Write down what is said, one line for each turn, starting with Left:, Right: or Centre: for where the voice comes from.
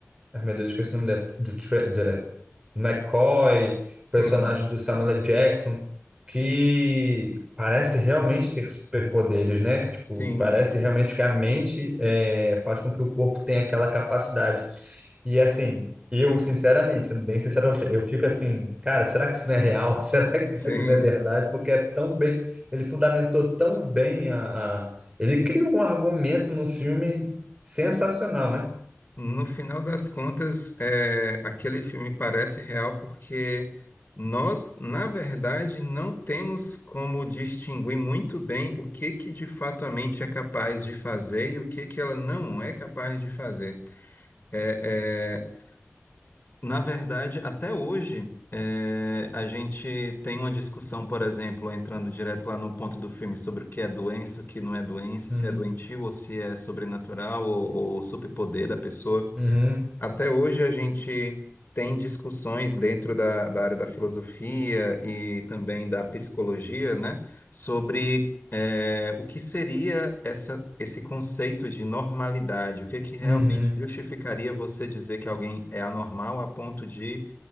Right: Ai, meu Deus, eu esqueci o nome dele. Do Tra- de- McCoy,
Left: sim,
Right: personagem do Samuel L. Jackson, que parece realmente ter superpoderes, né? Que, tipo,
Left: sim,
Right: parece
Left: sim,
Right: realmente que a mente é, faz com que o corpo tenha aquela capacidade. E assim, eu, sinceramente, sendo bem sincero, pra você, eu fico assim, cara, será que isso não é real? <laughs> Será que
Left: sim.
Right: isso aqui não é verdade? Porque é tão bem, ele fundamentou tão bem a, a- ele criou um argumento no filme sensacional, né?
Left: No final das contas, é, aquele filme parece real porque nós, na verdade, não temos como distinguir muito bem o que que de fato a mente é capaz de fazer e o que que ela não é capaz de fazer. É, é, na verdade, até hoje, é, a gente tem uma discussão, por exemplo, entrando direto lá no ponto do filme sobre o que é doença, o que não é doença, se
Right: Uhum.
Left: é doentio ou se é sobrenatural ou, ou superpoder da pessoa.
Right: Uhum.
Left: Até hoje a gente tem discussões dentro da, da área da filosofia e também da psicologia, né, sobre eh, o que seria essa, esse conceito de normalidade, o que que realmente
Right: Uhum,
Left: justificaria você dizer que alguém é anormal a ponto de